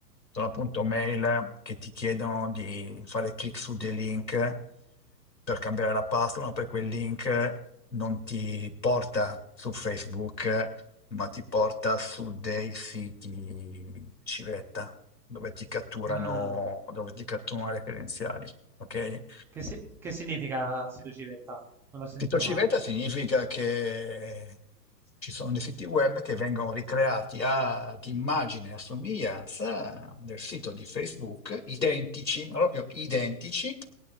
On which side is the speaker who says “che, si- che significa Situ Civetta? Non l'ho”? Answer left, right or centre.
Centre